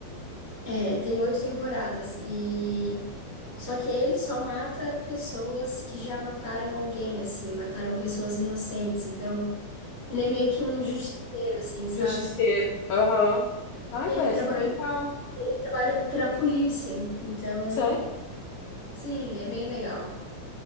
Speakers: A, on the right; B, on the left.
A: É, tem oito temporadas e só que ele só mata pessoas que já mataram alguém, assim, mataram pessoas inocentes. Então, ele é meio que um justiceiro, assim, sabe?
B: Justiceiro. Aham. Ai,
A: Ele
B: parece
A: trabalha,
B: legal.
A: ele trabalha pra polícia. Então,
B: Sério?
A: sim, é bem legal.